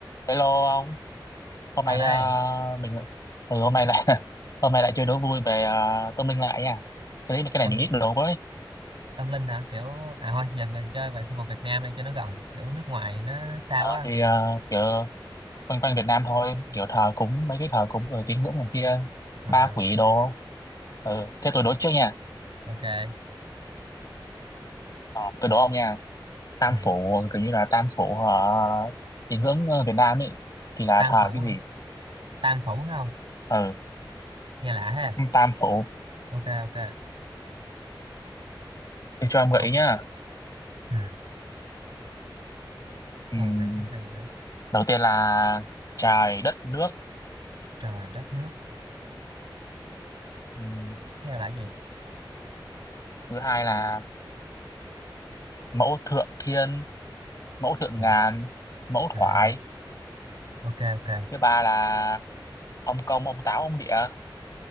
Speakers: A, on the left (about 45°); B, on the right (about 85°).
A: Hello ông, hôm
B: Sao
A: nay
B: đây?
A: à, mình ừ, hôm nay lại <laughs> hôm nay lại chơi đố vui về uh, tâm linh lại nha. Cái đấy cái này
B: Tâm
A: mình ít đồ với.
B: tâm linh hả? Kiểu à thôi giờ mình chơi về khu vực Việt Nam đi cho nó gần, kiểu nước ngoài nó xa
A: Ờ,
B: quá.
A: thì à, kiểu quanh quanh Việt Nam thôi, kiểu thờ cúng mấy cái thờ cúng rồi tín ngưỡng này kia,
B: À,
A: ma quỷ đồ. Ừ, thế tôi đố trước nha.
B: ok.
A: Ờ, tôi đố ông nha. Tam
B: Ừ.
A: phủ kiểu như là tam phủ uh, tín ngưỡng ờ, Việt Nam ấy thì là
B: Tam
A: thờ
B: phủ
A: cái
B: hả?
A: gì?
B: Tam phủ phải không?
A: Ừ,
B: Nghe lạ ha.
A: tam phủ.
B: Ok ok.
A: Tôi cho em gợi
B: Ông
A: ý nhá.
B: ừ.
A: Ừm,
B: Thờ về cái gì hả?
A: đầu tiên là trời đất nước.
B: Trời đất nước.
A: Ừm,
B: Tiếp Theo là cái gì?
A: thứ hai là mẫu thượng thiên mẫu thượng
B: Ừ.
A: ngàn mẫu
B: À,
A: thoại
B: ok ok.
A: thứ ba là ông công ông táo ông địa